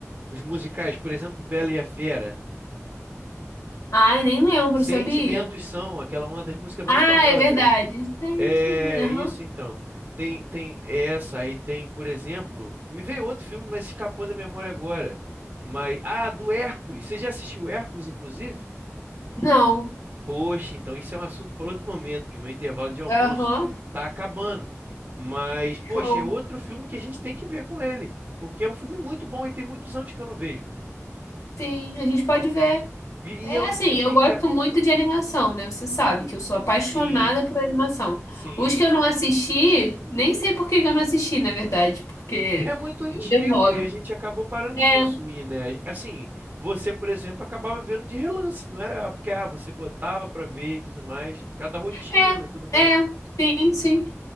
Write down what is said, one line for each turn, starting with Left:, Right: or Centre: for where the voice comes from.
Right: Os musicais, por exemplo, Bela e a Fera,
Left: Ai, nem lembro,
Right: Sentimentos
Left: sabia?
Right: são aquela uma das músicas mais
Left: Ah,
Right: famosas.
Left: é verdade. Sentimento.
Right: É isso
Left: Aham.
Right: então. Tem, tem essa aí, tem, por exemplo, me veio outro filme, mas escapou da memória agora. Mas, ah, do Hércules. Você já assistiu Hércules, inclusive?
Left: Não.
Right: Poxa, então isso é um assunto para outro momento, porque meu intervalo de almoço
Left: Aham.
Right: tá acabando. Mas, poxa,
Left: Show.
Right: é outro filme que a gente tem que ver com ele, porque é um filme muito bom e tem muitos anos que eu não vejo.
Left: Sim, a gente pode ver.
Right: E,
Left: É
Right: e é um
Left: assim,
Right: filme
Left: eu gosto
Right: que é...
Left: muito de animação, né? Você sabe que eu sou
Right: Sim,
Left: apaixonada por animação.
Right: sim.
Left: Os que eu não assisti, nem sei por que que eu não assisti, na verdade, porque
Right: É muito antigo
Left: eu demoro.
Right: e a gente acabou parando
Left: É,
Right: de consumir, né? Assim, você, por exemplo, acabava vendo de relance, não era porque ah, você botava pra ver e tudo mais, por causa da rotina
Left: é,
Right: e tudo mais.
Left: é, sim, sim.